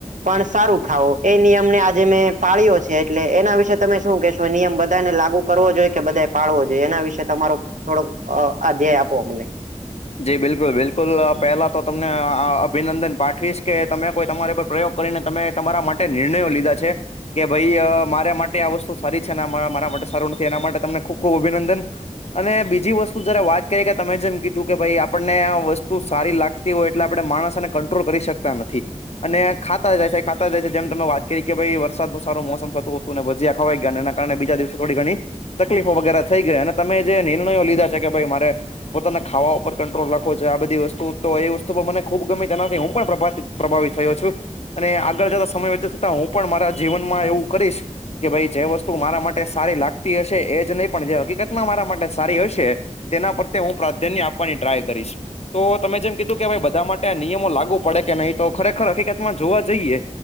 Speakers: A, on the right (about 75°); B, on the left (about 55°).
A: પણ સારું ખાવો એ નિયમ ને આજે મેં પાળ્યો છે એટલે એના વિશે તમે શું કેશો એ નિયમ બધાને લાગુ. કરવો જોઈએ કે બધા પાડવો જોઈએ એના વિશેે તમારો થોડોક અ આધ્યેય આપો અમને
B: જી બિલકુલ બિલકુલ પહેલાં તો તમને અભિનંદન પાઠવીશ કે તમે કોઈ તમારા પર પ્રયોગ કરીને તમે તમારા માટે નિર્ણયો લીધા છે. કે ભાઈ અ મારા માટે આ વસ્તુ સારી છેને મારા માટે સારું નથી એના માટે તમને ખુબ ખુબ અભિનંદન અને બીજી વસ્તુ જયારે વાત કરીએ કે તમે જેમ કીધું. પઈ આપણને આ વસ્તુ સારી લાગતી હોય એટલે આપણે માણસને કંટ્રોલ કરી શકતા નથી અને ખાતા જાય છે ખાતા જાય છે જેમ તમે વાત કરી કે ભાઈ વરસાદ ન સારો મોસમ થતુ ત ભજીયા ખવાઈ ગયા એના કારણે બીજા દિવસે થોડી ઘણી તકલીફો વગેરે થઈ ગયા અને તમે જે નિર્ણયો લીધા છે કે ભાઈ મારે પોતાના ખાવા ઉપર કંટ્રોલ રાખો છે આ બધી વસ્તુ તો એ વસ્તુ મને ખુબ ગમી તેનાથી હું પણ પ્રભ પ્રભાવિત થયો છું અને આગળ જતા સમય વ્યથિત થતા હું પણ મારા જીવનમાં એવું કરીશ કે ભાઈ જે વસ્તુ મારા માટે સારી લાગતી હશે એ જ નહી પણ જે હકીકતમાં મારા માટે સારી હશે તેના પ્રત્યે હું પ્રાધાન્ય આપવાની ટ્રાય કરીશ. તો તમે જેમ કીધું કે બધા માટે આ નિયમો લાગુ પડે કે નહી તો ખરેખર હકીકતમાં જોવા જઈએ